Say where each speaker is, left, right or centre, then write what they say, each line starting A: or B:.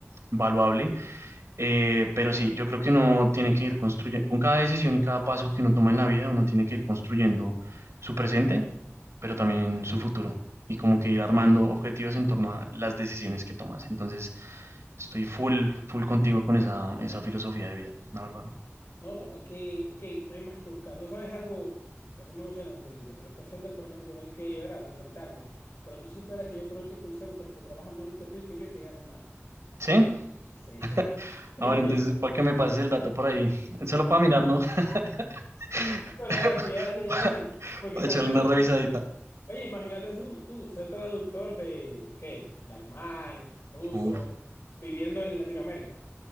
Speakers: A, on the right; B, on the left.
A: valuable. Eh, pero sí, yo creo que uno tiene que ir construyendo, con cada decisión y cada paso que uno toma en la vida, uno tiene que ir construyendo su presente, pero también su futuro y como que ir armando objetivos en torno a las decisiones que tomas. Entonces, estoy full, full contigo con esa, esa filosofía de vida, la verdad.
B: No, no, es que, es que no hay más que buscar. Tú sabes algo que tú me mencionas de, de que los call centers, por ejemplo, no hay que, ¿verdad?, desmeritarlos. Pero tú superas que yo conozco call centers que trabajan menos que tú y que yo y que ganan más.
A: ¿Sí?
B: Sí.
A: <laughs>
B: <laughs> Pero
A: Ah, bueno, entonces, para que me pases el dato por ahí, solo para mirar, ¿no? <laughs>
B: es así, es así, es así. Porque
A: Para
B: imagínate
A: echarle una revisadita.
B: tú, oye, imagínate tú, tú ser traductor de, ¿qué? De alemán, ruso,
A: Uf,
B: viviendo en Latinoamérica.